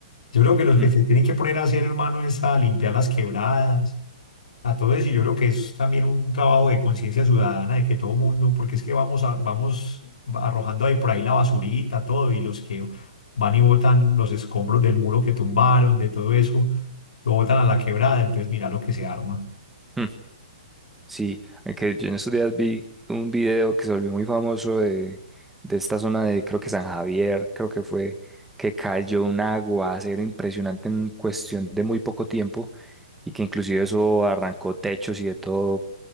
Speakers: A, on the left (about 75°); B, in the centre.
A: Yo creo que los que
B: Mm,
A: se tienen que poner a hacer, hermano, es a limpiar las quebradas, a todo eso. Y yo creo que es también un trabajo de conciencia ciudadana, de que todo mundo, porque es que vamos, a- vamos arrojando ahí por ahí la basurita, todo, y los que van y botan los escombros del muro que tumbaron, de todo eso, lo botan a la quebrada, entonces mira lo que se arma.
B: mm. Sí, aunque yo en estos días vi un video que se volvió muy famoso de, de esta zona de, creo que San Javier, creo que fue, que cayó un aguacero impresionante en cuestión de muy poco tiempo y que inclusive eso arrancó techos y de todo,